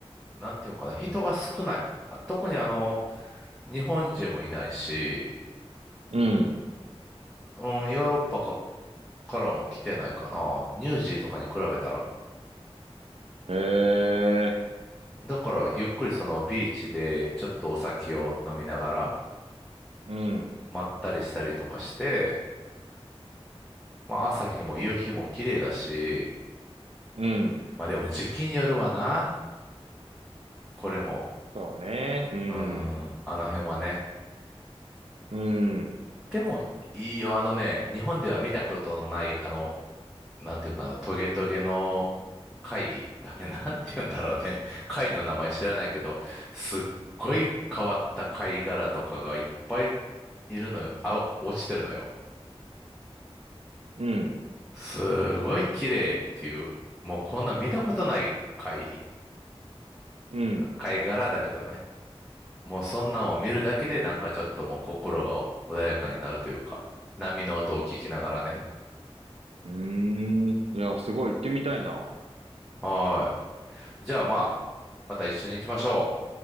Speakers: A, in the centre; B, on the right.
A: なんていうのかな、人が少ない。あ特にあの、日本人もいないし、
B: うん。
A: うん、ヨーロッパか、からも来てないかな。ニュージーとかに比べたら。
B: へえ、
A: だからゆっくりそのビーチでちょっとお酒を飲みながら
B: うん、
A: まったりしたりとかして、まあ朝日も夕日も綺麗だし、
B: うん。
A: まあでも時期によるわな。これも。
B: そうね。うん、
A: うん、あの辺はね。
B: うん、
A: でもいいよ、あのね、日本では見たことのない、あの、なんていうかな、トゲトゲの貝あれなんて言うんだろうね。貝の名前知らないけど、すっごい変わった貝殻とかがいっぱいいるのよ。あ、落ちてるのよ。
B: うん、
A: すごい綺麗っていう、もうこんな見たことない貝、
B: うん。
A: 貝殻だけどね。もうそんなんを見るだけでなんかちょっともう心が穏やかになるというか、波の音を聞きながらね。
B: うーん。いや、すごい行ってみたいな。
A: はーい。じゃあまあ、また一緒に行きましょう。